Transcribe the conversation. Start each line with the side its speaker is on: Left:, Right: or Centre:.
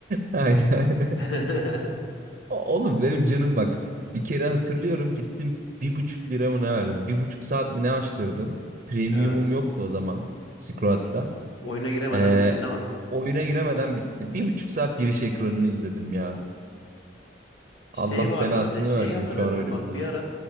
Right: Aynen.
Left: <laughs>
Right: O- Oğlum benim canım bak. Bir kere hatırlıyorum gittim bir buçuk lira mı ne verdim? Bir buçuk saat mi ne açtırdım? Premiumum
Left: Evet.
Right: yoktu o zaman. Squat'ta.
Left: Oyuna giremeden
Right: Ee,
Left: bitti de ama.
Right: oyuna giremeden bitti. Bir buçuk saat giriş ekranını izledim ya.
Left: Şey
Right: Allah
Left: vardı
Right: belasını
Left: bir de şeyi
Right: versin
Left: hatırlıyor
Right: şu an
Left: musun?
Right: öyle
Left: Bak
Right: bir şey.
Left: bir ara